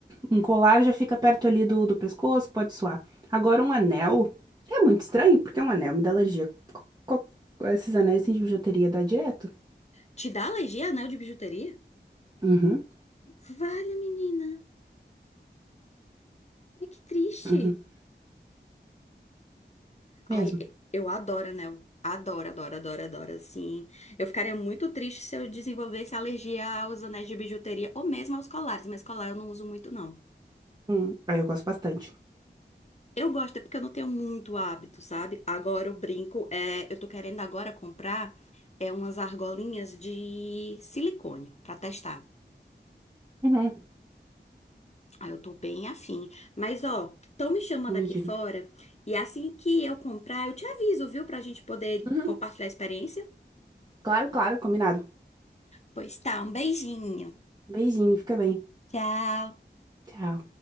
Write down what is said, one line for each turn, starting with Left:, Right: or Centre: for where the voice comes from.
Right: Um colar já fica perto ali do, do pescoço, pode suar. Agora um anel é muito estranho, porque um anel me dá alergia. Co- co- Esses anéis assim, de bijuteria dá direto.
Left: Te dá alergia a anel de bijuteria?
Right: Uhum,
Left: Vale, menina. Ai, que triste.
Right: uhum,
Left: Ai,
Right: mesmo.
Left: e- eu adoro anel. Adoro, adoro, adoro, adoro, assim. Eu ficaria muito triste se eu desenvolvesse alergia aos anéis de bijuteria ou mesmo aos colares, mas colar eu não uso muito, não.
Right: Hum, aí eu gosto bastante.
Left: Eu gosto, é porque eu não tenho muito hábito, sabe? Agora o brinco é. Eu tô querendo agora comprar é umas argolinhas de silicone pra testar.
Right: Uhum,
Left: Ah, eu tô bem afim. Mas, ó, estão me chamando
Right: não mentira.
Left: aqui fora e assim que eu comprar, eu te aviso, viu? Pra gente poder
Right: Uhum,
Left: compartilhar a experiência.
Right: claro, claro, combinado.
Left: Pois tá, um beijinho.
Right: Beijinho, fica bem.
Left: Tchau.
Right: Tchau.